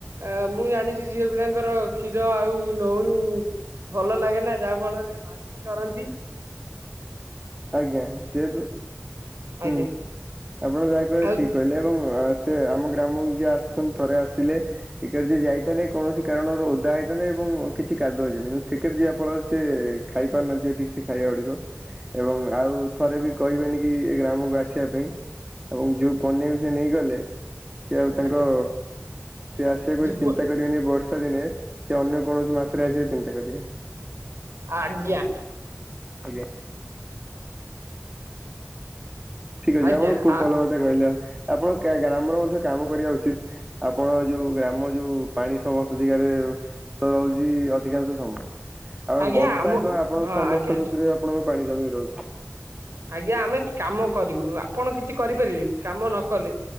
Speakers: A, on the right (about 70°); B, on the right (about 15°).
A: ନା ମୁଁ ଜାଣିଚି ଝିଅ ପିଲାଙ୍କର କ୍ଷୀର ଆଉ ଲଉଣୀ ଭଲ ଲାଗେ ନା ଯାହା ଫଳରେ ବାନ୍ତି କରନ୍ତି।
B: ଆଜ୍ଞା ଯେହେତୁ
A: ଆଜ୍ଞା
B: ହୁଁ ଆପଣ ଯାହା କହିଲେ
A: ଆଉ
B: ଠିକ କହିଲେ ଏବଂ ହୁଁ ଆ ସେ ଆମ ଗ୍ରାମକୁ ଯିଏ ଆସିଚନ୍ତି ଥରେ ଆସିଲେ <unintelligible> କୌଣସି କାରଣରୁ ଓଦା ବାଇଦବେ ଏବଂ କିଛି କାଦୁଅ <unintelligible> କିନ୍ତୁ ସେକେରେ ଯିବା ଫଳରେ ସେ ଖାଇ ପାରୁନାହାନ୍ତିିବା ଠିକ୍ ସେ ଖାଇବା ଗୁଡିକ। ଏବଂ ଆଉ ଥରେ ବି କହିବେନି କି ଏ ଗ୍ରାମକୁ ଆସିବା ପାଇଁ ଏବଂ ଯୋଉ କନ୍ୟାକୁ ସେ ନେଇଗଲେ ସେଏ ଆଉ ତାଙ୍କ
A: ଆଜ୍ଞା
B: ସେ ଆସିବାକୁ
A: ଜୀବ
B: ଚିନ୍ତା କରିବନି ବର୍ଷା ଦିନେ ସେ ଅନ୍ୟ କୌଣସି ମାସରେ ଆସିଯାଉଚନ୍ତି। କରିବା।
A: ଆଜ୍ଞା।
B: ଆଜ୍ଞା। ଠିକ ଅଛି
A: ଆଜ୍ଞା
B: ଆପଣ ଖୁବ୍
A: ଆ
B: ଭଲ କଥା କହିଲେ ଆଉ। ଆପଣ କା ଗ୍ରାମର ମଧ୍ୟ କାମ କରିବା ଉଚିତ ଆପଣ ଯୋଉ ଗ୍ରାମ ଯୋଉ ପାଣି ସମସ୍ତ ଯେଗାରେ ତ ତ ହଉଚି ଅଧିକାଂଶ ସମୟ। ଆପଣ
A: ଆଜ୍ଞା
B: ବର୍ଷା
A: ଆମ
B: କଣ ଆପଣଙ୍କ
A: ହଁ
B: ସମସ୍ତ
A: ଆଜ୍ଞା
B: ଋତୁରେ ଆପଣଙ୍କ ପାଣି ଜମିକି ରହୁଛି।
A: ଆଜ୍ଞା ଆମେ କାମ କରିବୁନୁ ଆପଣ କିଛି କରିପାରିବେ କି କାମ ନ କଲେ